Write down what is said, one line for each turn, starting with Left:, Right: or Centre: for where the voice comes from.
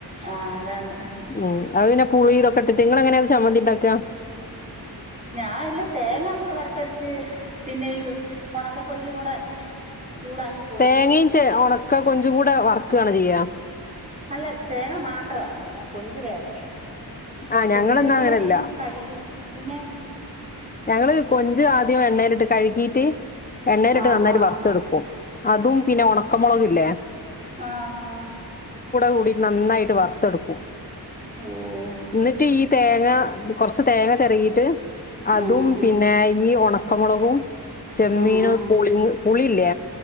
Right: ആഹ് അതാണ്
Left: ഉം അത് പിന്നെ പുളി ഇതൊക്കെ ഇട്ട് നിങ്ങള് എങ്ങനെയാണ് ചമ്മന്തി ഉണ്ടാക്കാ
Right: ഞാൻ ഇല്ല തേങ്ങ നമ്മള് വറത്തരച്ച് പിന്നെ ഈ ഉണക്ക കൊഞ്ചും കൂടെ ചൂടാക്കി പൊടിച്ച്
Left: തേങ്ങയും ചെ ഉണക്ക കൊഞ്ച്ചും കൂടെ വർക്കുവാണ് ചെയ്യാ
Right: അല്ല തേങ്ങ മാത്രവാ പിന്നെ കൊഞ്ച് വേറെ
Left: ആഹ്
Right: കൊഞ്ച്
Left: ഞങ്ങളെന്നാ
Right: മ്മള്
Left: അങ്ങനെയല്ല
Right: കഴുകി പിന്നെ
Left: ഞങ്ങള് കൊഞ്ച് ആദ്യം എണ്ണയിലിട്ട് കഴുകി പി എണ്ണയിലിട്ട്
Right: ആഹ്
Left: നന്നായിട്ട്
Right: ആഹ്
Left: വറുത്ത് എടുക്കും അതും പിന്നെ ഉണക്കമുളകില്ലേ
Right: ആഹ് ആ
Left: കൂടിട്ട് നന്നായിട്ട് വറത്തെടുക്കും
Right: ഓഹ്
Left: എന്നിട്ട് ഈ തേങ്ങ കൊറച്ച് തേങ്ങ ചെരകിട്ട് ട്ട് അതും
Right: ആഹ്
Left: പിന്നെ ഈ ഉണക്കമുളകും ചെമ്മീനും
Right: ആഹ്
Left: പുളി പുളില്ലേ